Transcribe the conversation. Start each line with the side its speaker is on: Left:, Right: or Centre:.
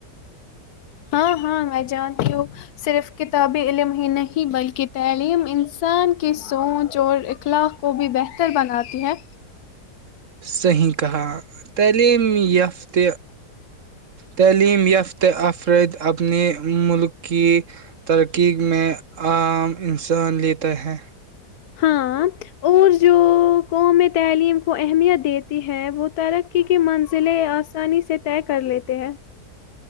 Left: ہاں ہاں میں جانتی ہوں صرف کتابی علم ہی نہیں بلکہ تعلیم ان انسان کی سوچ اور اخلاق کو بھی بہتر بناتی ہیں
Right: صحیح کہا تعلیم یافت تعلیم یافت افرد اپنے ملک کی ترقی میں عام انسان لیتا ہے
Left: ہاں اور جو قوم تعلیم کو اہمیت دیتی ہے وہ ترقی کی منزلیں آسانی سے طے کر لیتے ہیں